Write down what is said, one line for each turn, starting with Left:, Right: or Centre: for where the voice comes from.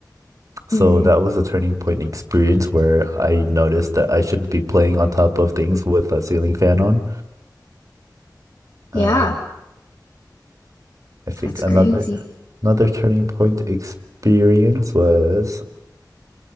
Right: So
Left: Mm,
Right: that was a turning point experience where I noticed that I shouldn't be playing on top of things with a ceiling fan on.
Left: yeah,
Right: Uh, I think
Left: that's
Right: another
Left: crazy.
Right: another turning point experience was